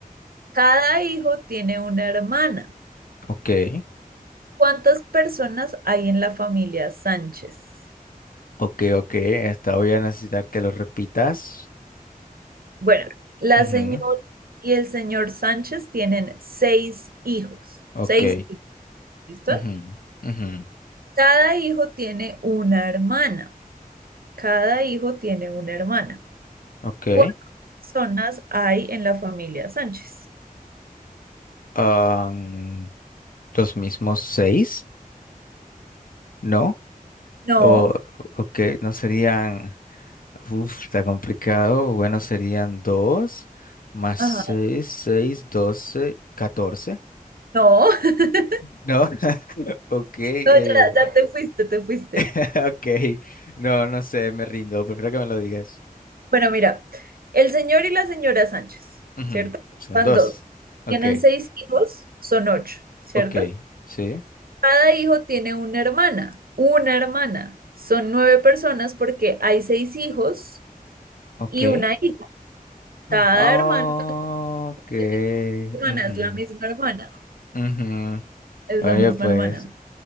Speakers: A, on the right; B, on the left.
A: Cada hijo tiene una hermana.
B: ok.
A: ¿Cuántas personas hay en la familia Sánchez?
B: Ok, ok, esta voy a necesitar que lo repitas.
A: Bueno, la
B: Ujú,
A: señora y el señor Sánchez tienen seis hijos.
B: Ok,
A: Seis hijos, ¿listo?
B: ujú, ujú,
A: Cada hijo tiene una hermana. Cada hijo tiene una hermana.
B: ok.
A: ¿Cuántas personas hay en la familia Sánchez?
B: Am, los mismos seis, ¿no?
A: No,
B: O, ok, no serían, uf, está complicado. Bueno, serían dos más
A: ajá,
B: seis, seis, doce, catorce,
A: no. <laughs>
B: ¿no? <laughs> Ok, eh,
A: No, ya, ya te fuiste, te fuiste.
B: <laughs> ok, no, no sé, me rindo, prefiero que me lo digas.
A: Bueno, mira, el señor y la señora Sánchez,
B: Ujú,
A: ¿cierto?
B: Son
A: Van
B: dos,
A: dos.
B: ok,
A: Tienen seis hijos, son ocho, ¿cierto?
B: ok, sí,
A: Cada hijo tiene una hermana, una hermana. Son nueve personas porque hay seis hijos
B: ok.
A: y una hija. Cada
B: Ah,
A: hermano
B: Ok.
A: tiene una
B: ujú,
A: hermana, es la misma hermana,
B: ujú.
A: es
B: Oye,
A: la misma
B: pues,
A: hermana.